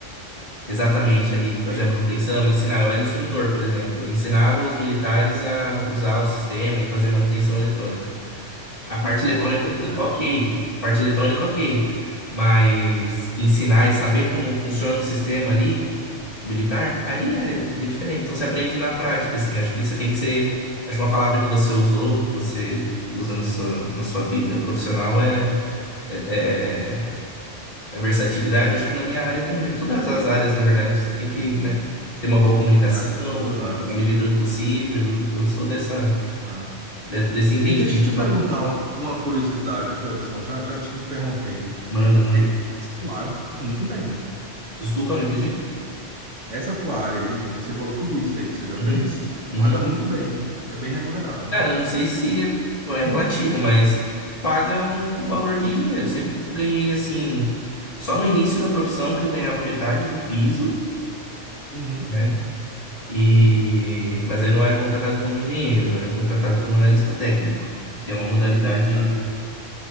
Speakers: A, on the left (about 45°); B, on the right (about 85°).
A: Exatamente ali, fazer
B: Sim.
A: a manutenção, ensinar. Eu era instrutor, por exemplo. Eu ensinava os militares a usar o sistema e fazer manutenção eletrônica. A parte eletrônica,
B: Nossa, que dez
A: ok. A parte eletrônica, ok. Mas ensinar e saber como funciona o sistema ali, militar, aí é, di- é diferente. Então você aprende na prática, assim. Acho que você tem que ser. Acho que uma palavra que você usou, que você usa na sua, na sua vida profissional é. É, é a versatilidade, acho que na minha área também, né? todas as áreas, na verdade, você tem que, né, ter uma boa comunicação,
B: É, todas as
A: e,
B: áreas.
A: na medida do possível. Eu sou dessa,
B: Ah.
A: de- desse entendimento.
B: E deixa eu te perguntar uma, uma curiosidade, Hudson, já, já te interrompendo.
A: Manda, manda.
B: É, essa tua área paga muito bem, né?
A: Desculpa, não entendi?
B: Essa tua área aí, que você falou tudo isso aí que você já
A: Uhum,
B: fez,
A: uhum.
B: paga muito bem, né? É bem remunerado, né?
A: Cara, eu não sei se é, é relativo, mas paga um, o valor de engenheiro. Eu sempre ganhei, assim, só no início da profissão que eu ganhava metade do piso,
B: Uhum,
A: né? E,
B: uhum,
A: mas aí eu não era contratado como engenheiro, eu era contratado como analista técnico, que é uma modalidade
B: certo.